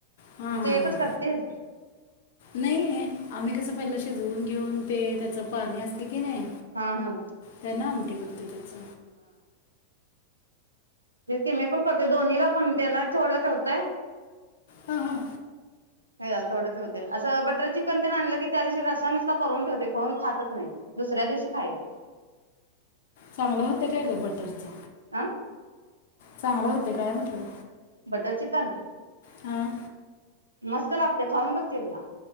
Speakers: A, on the left; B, on the right.
A: हा
B: मग
A: हा
B: तू एकच
A: ह
B: करतीस
A: नाही आम्ही कसं पहिला शिजवून घेऊन ते त्याच पाणी असते की नाय
B: हा हा
A: त्यांन आमटी होते त्याच
B: व्हय कि मी पण करते दोन्हीला पण त्याला तेवढं ठेवतंय
A: ह ह
B: हे थोड ठेवते असं बटर चिकन ते आणलं की त्या दिवशी रस्सा नुस्ता करून ठेवते, कोण खातच नाही दुसऱ्या दिवशी खायचं.
A: चांगलं होतं काय ग बटरचं
B: आ
A: चांगलं होतय काय म्हटलं
B: बटर चिकन
A: हां
B: मस्त लागतय खाऊन बघ की, एकदा